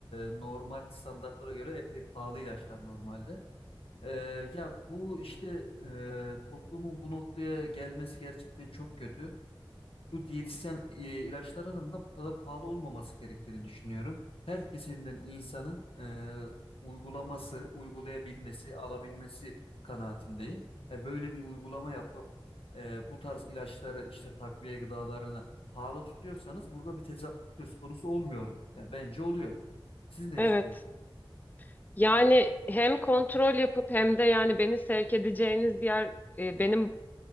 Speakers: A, on the left; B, on the left.
A: e, normal standartlara göre epey pahalı ilaçlar normalde. E, ya bu işte e, toplumun bu noktaya gelmesi gerçekten çok kötü bu diyetisyen e, ilaçlarının da bu kadar pahalı olmaması gerektiğini düşünüyorum. Her kesimden insanın e, uygulaması, uygulayabilmesi, alabilmesi kanaatindeyim. E, böyle bir uygulama yapıp e, bu tarz ilaçları işte takviye gıdalarını pahalı tutuyorsanız burada bir tezatlık söz konusu olmuyor. mu? Ya bence oluyor. Siz ne
B: Evet.
A: düşünüyorsunuz?
B: Yani hem kontrol yapıp hem de yani beni sevk edeceğiniz yer e, benim